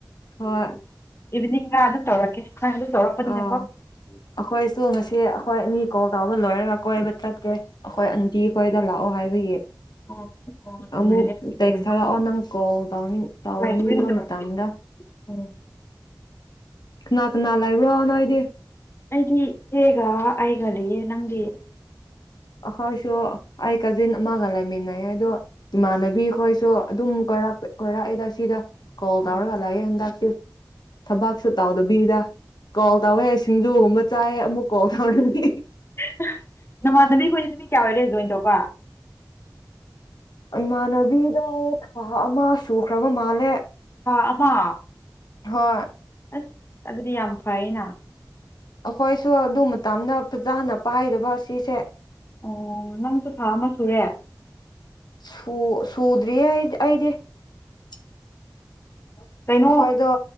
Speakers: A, on the left; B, on the left.
A: ꯍꯣꯏ
B: ꯏꯚꯤꯅꯤꯡꯗ ꯑꯗꯨꯝ ꯇꯧꯔꯛꯀꯦ ꯅꯪ ꯑꯗꯨꯝ ꯇꯧꯔꯛꯄꯅꯤꯅꯀꯣ
A: ꯑꯣ ꯑꯈꯣꯏꯁꯨ ꯉꯁꯤ ꯑꯈꯣꯏ ꯑꯅꯤ ꯀꯣꯜ ꯇꯧꯕ ꯂꯣꯏꯔꯒ ꯀꯣꯏꯕ ꯆꯠꯀꯦ ꯑꯈꯣꯏ ꯑꯟꯇꯤ ꯈꯣꯏꯗ ꯂꯥꯛꯑꯣ ꯍꯥꯏꯕꯒꯤ
B: ꯑꯣ ꯑꯣ ꯅꯨꯡꯉꯥꯏꯔꯦ
A: ꯑꯃꯨꯛ
B: ꯑꯗꯨꯗꯤ
A: ꯇꯦꯛꯁ ꯊꯥꯔꯛꯑꯣ ꯅꯪ ꯀꯣꯜ ꯇꯧꯅꯤꯡ ꯇꯧꯅꯤꯡꯕ
B: ꯍꯣꯏ ꯍꯣꯔꯦꯟ ꯇꯧꯔꯛꯀꯦ
A: ꯃꯇꯝꯗ
B: ꯎꯝ
A: ꯀꯅꯥ ꯀꯅꯥ ꯂꯩꯕ꯭ꯔꯣ ꯅꯣꯏꯗꯤ
B: ꯑꯩꯗꯤ ꯏꯆꯦꯒ ꯑꯩꯒ ꯂꯩꯌꯦ ꯅꯪꯗꯤ
A: ꯑꯩꯈꯣꯏꯁꯨ ꯑꯩ ꯀꯥꯖꯤꯟ ꯑꯃꯒ ꯂꯩꯃꯤꯟꯅꯩꯌꯦ ꯑꯗꯣ ꯏꯃꯥꯟꯅꯕꯤꯈꯣꯏꯁꯨ ꯑꯗꯨꯝ ꯀꯣꯏꯔꯛꯄ ꯀꯣꯏꯔꯛꯏꯗ ꯁꯤꯗ ꯀꯣꯜ
B: ꯑꯣ
A: ꯇꯧꯔꯒ ꯂꯩꯌꯦ ꯍꯟꯗꯛ ꯊꯕꯥꯛꯁꯨ ꯇꯥꯎꯗꯕꯤꯗ ꯀꯣꯜ ꯇꯧꯋꯦ ꯁꯤꯡꯖꯨꯒꯨꯝꯕ ꯆꯥꯏꯌꯦ ꯑꯃꯨꯛ ꯀꯣꯜ ꯇꯧꯔꯅꯤ
B: ꯍ ꯑ ꯅꯃꯥꯅꯕꯤ ꯈꯣꯏꯗꯨꯗꯤ ꯃꯤ ꯀꯌꯥ ꯑꯣꯏꯔꯦ ꯂꯣꯏꯅ ꯇꯧꯕ
A: ꯏꯃꯥꯟꯅꯕꯤꯗ ꯊꯥ ꯑꯃ ꯁꯨꯈ꯭ꯔꯕ ꯃꯥꯜꯂꯦ
B: ꯊꯥ ꯑꯃ
A: ꯍꯣꯏ
B: ꯑꯁ ꯑꯗꯨꯗꯤ ꯌꯥꯝ ꯐꯩꯅ
A: ꯑꯈꯣꯏꯁꯨ ꯑꯗꯨ ꯃꯇꯝꯗ ꯐꯖꯅ ꯄꯥꯏꯗꯕ ꯑꯁꯤꯁꯦ
B: ꯑꯣ ꯅꯪꯁꯨ ꯊꯥ ꯑꯃ ꯁꯨꯔꯦ
A: ꯁꯨ ꯁꯨꯗ꯭ꯔꯤꯌꯦ ꯑꯩ ꯑꯩꯗꯤ ꯑꯩꯈꯣꯏꯗꯣ
B: ꯀꯩꯅꯣ